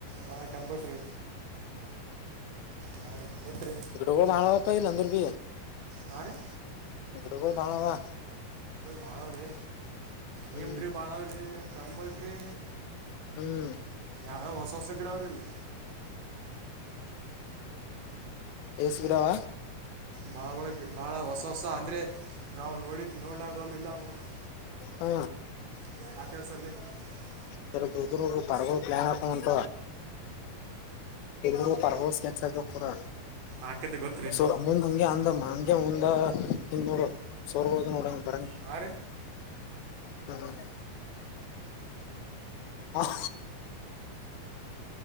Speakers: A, on the right; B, on the left.
A: ಹಾ ಟೆಂಪಲ್ ಟ್ರೀ ಹಾಂ ರೀ ಗೊತ್ತು ರೀ
B: ಗಿಡಗೋಳ ಬಾಳ ಅದಾವತ್ ಅಂದ್ರು ಬಿ
A: ಹಾಂ ರೀ
B: ಗಿಡಗಳು ಬಾಳ ಆವಾ
A: ಬಾಳ ಅವರಿ
B: ಹ್ಮ್
A: ನಿಮ್ ಟ್ರಿ ಬಾಳ ಟಂಪಲ್ ಟ್ರಿ
B: ಹ್ಮ್
A: ಹ ಹೊಸ ಹೊಸ ಗಿಡ ಅವರ ಅಲ್ಲಿ
B: ಎ ಸಿ ಗವ
A: ಬಾಳ ಒಳಗೆ ಬಹಳ ಹೊಸ ಹೊಸ ಅಂದ್ರೆ ನಾವು ನೋಡಿ ನೋಡ್ಲಾರದ ಅಲ್ಲಿ ಇಲ್ಲ ನೋಡ್ರಿ
B: ಹಾ
A: <unintelligible>
B: ಸರ ದರು ದೂರ ಪಾರ್ಗ ಪ್ಲಾನ್ ಆಕಂಟ ಎಲ್ಲಿ ಪಾರ್ಗಗೋಳ ಪೂರಾ
A: ಆಕತೆ ಗೊತ್ತ್ರಿ
B: ಸೊ ಮುಂದ್ ಹಗೆ ಅಂದಮ್ಮ ಹಗೆ ಹಂಗ್ ನೋಡು ಸೋರ್ ನೋಡಂಗ ಬರ
A: ಹಾಂ ರೀ
B: ಹ್ಮ ಹ